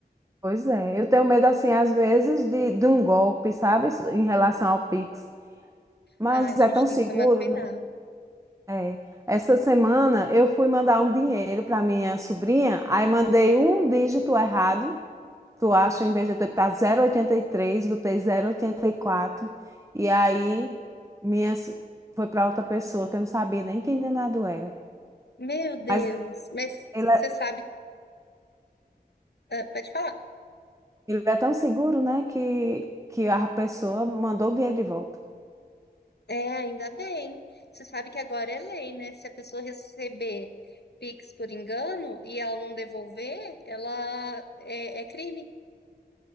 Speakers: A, on the right; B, on the left.
A: Pois é, eu tenho medo, assim, às vezes, de, de um golpe, sabe, em relação ao Pix. Mas
B: Ai, a gente
A: é tão
B: tem
A: seguro,
B: que tomar cuidado.
A: né? É. Essa semana eu fui mandar um dinheiro para minha sobrinha, aí mandei um dígito errado. Tu acha, em vez de eu ter botado 0,83, botei zero vírgula oitenta E quatro, e aí minha, s- foi para outra pessoa que eu não sabia nem quem danado era.
B: Meu Deus,
A: Mas
B: mas
A: ele é,
B: você sabe, ah, pode falar.
A: ele é tão seguro, né, que, que a pessoa mandou o dinheiro de volta.
B: É, ainda bem. Você sabe que agora é lei, né? Se a pessoa receber Pix por engano e ela não devolver, ela é, é crime.